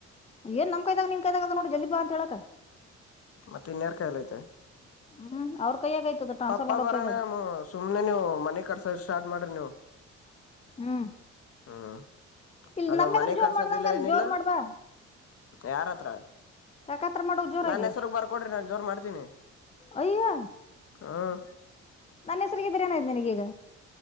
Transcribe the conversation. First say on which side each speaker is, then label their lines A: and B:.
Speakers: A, on the left; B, on the left.
A: ಏನ್ ನಮ್ ಕೈದಾಗ ನಿನ್ ಕೈದಾಗ ಅದ ನೋಡು ಜಲ್ದಿ ಬಾ ಅಂತ ಹೇಳಕ
B: ಮತ್ತೆ ಇನ್ಯಾರ್ ಕೈಯಲ್ಲಿ ಐತೆ
A: ಹ್ಮ್ ಅವ್ರ ಕೈಯಾಗ ಐತದ ಟ್ರಾನ್ಸ್ಫರ್
B: ಪಪ್ಪ
A: ಮಾಡೋರ್
B: ಬರೋಣ
A: ಕೈದಾಗ
B: ಸುಮ್ನೆ ನೀವು ಮನೆ ಕಟ್ಟಿಸೋಕೆ ಸ್ಟಾರ್ಟ್ ಮಾಡ್ರಿ ನೀವು
A: ಹ್ಮ್
B: ಹ್ಮ್
A: ಇಲ್ಲಿ
B: ಅದು
A: ನಮ್ಮ
B: ಮನೆ
A: ಎದ್ರ ಜೋರ್
B: ಕಟ್ಟಿಸೋದಿಲ್ಲ
A: ಮಾಡ್ದಂಗ ಅಲ್ಲಿ
B: ಏನಿಲ್ಲ
A: ಜೋರ್ ಮಾಡ್ಬಾ
B: ಯಾರತ್ರ
A: ಕಾಕಾತ್ರ ಮಾಡೋ ಜೋರಾಗಿ
B: ನನ್ ಹೆಸ್ರಗ್ ಬರ್ಕೊಡ್ರಿ ನಾನು ಜೋರ್ ಮಾಡ್ತೀನಿ
A: ಅಯ್ಯೋ
B: ಹ್ಮ್
A: ನನ್ನ ಹೆಸ್ರಗ ಇದ್ದೀರೆ ಏನೈತು ನಿನಗೀಗ